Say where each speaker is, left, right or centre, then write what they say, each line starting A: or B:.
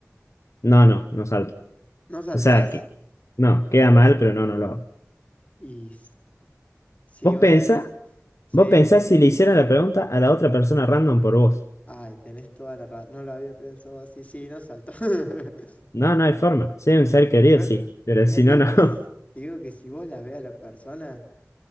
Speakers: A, on the left; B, on the left.
A: No, no, no salto.
B: No saltás
A: O sea, que no, queda mal, pero no, no lo hago.
B: y s- sí,
A: ¿Vos
B: vos
A: pensás?
B: sabés- sí,
A: ¿Vos pensás
B: no.
A: si le hiciera la pregunta a la otra persona random por vos?
B: Ay, tenés toda la razón. No lo había pensado así, sí, no salto. <laughs>
A: No, no hay forma. Si hay un ser querido,
B: Igual,
A: sí, pero
B: igual
A: si
B: te
A: no,
B: digo
A: no.
B: que,
A: <laughs>
B: s- te digo que si vos la ves a la persona.